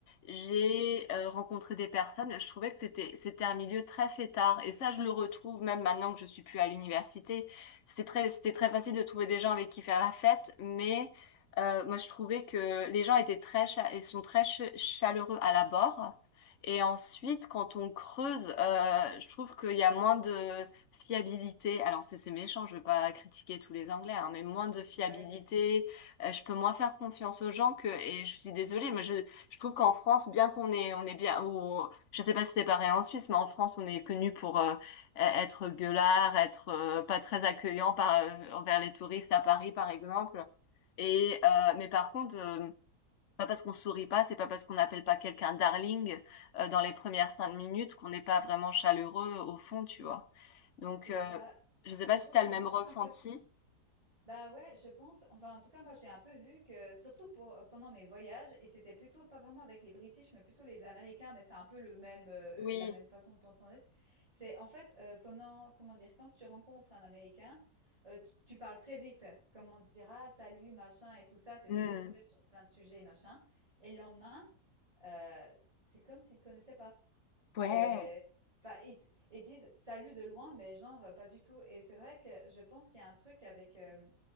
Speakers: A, on the left (about 50°); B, on the right (about 20°).
A: j'ai
B: Mmh
A: euh, rencontré des personnes je trouvais que c'était c'était un milieu très fêtard et ça je le retrouve même maintenant que je suis plus à l'université c'était très c'était très facile de trouver des gens avec qui faire la fête mais euh, moi, je trouvais que les gens étaient très, cha- ils sont très ch- chaleureux à l'abord. Et ensuite, quand on creuse, euh, je trouve qu'il y a moins de fiabilité. Alors, c'est c'est méchant, je ne veux pas critiquer tous les Anglais, hein, mais moins de fiabilité.
B: Ouais, mais
A: Euh, je peux moins faire confiance aux gens que, et je suis désolée, mais je, je trouve qu'en France, bien qu'on est, on est bien, ou, je ne sais pas si c'est pareil en Suisse, mais en France, on est connu pour euh, être gueulard, être euh, pas très accueillant par, envers les touristes à Paris, par exemple. Et euh, mais par contre, euh, pas parce qu'on sourit pas, c'est pas parce qu'on n'appelle pas quelqu'un darling euh, dans les premières cinq minutes qu'on n'est pas vraiment chaleureux au fond, tu vois. Donc,
B: c'est
A: euh,
B: ça.
A: je sais
B: Je
A: pas
B: trouve
A: si t'as
B: qu'il
A: le même
B: manque
A: ressenti.
B: un peu Bah ouais, je pense. Enfin, en tout cas, moi, j'ai un peu vu que, surtout pour, euh, pendant mes voyages, et c'était plutôt pas vraiment avec les British, mais plutôt les Américains, mais c'est un peu le même, euh,
A: Oui.
B: la même façon de penser. C'est en fait euh, pendant, comment dire, quand tu rencontres un Américain, euh, tu, tu parles très vite. Comment dire, ah, salut, machin, et tout ça. T'es
A: Hmm.
B: très vite ouvert sur plein de sujets, machin. Et le lendemain, euh, c'est comme s'ils te connaissaient pas. C'est
A: Ouais.
B: Enfin, ils, t- ils disent salut de loin, mais genre euh, pas du tout. Et c'est vrai que je pense qu'il y a un truc avec, euh,